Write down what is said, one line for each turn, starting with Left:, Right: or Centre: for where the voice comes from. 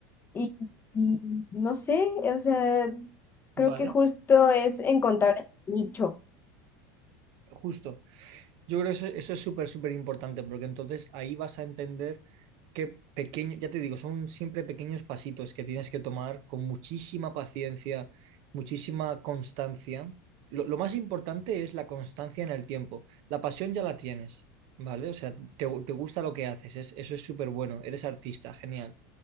Left: Y, y no sé, o sea,
Right: Vale,
Left: creo que justo es encontrar el nicho.
Right: justo. Yo creo que eso, eso es súper, súper importante, porque entonces ahí vas a entender que pequeño, ya te digo, son siempre pequeños pasitos que tienes que tomar con muchísima paciencia, muchísima constancia. Lo, lo más importante es la constancia en el tiempo. La pasión ya la tienes, ¿vale? O sea, te, te gusta lo que haces, es- eso es súper bueno, eres artista, genial.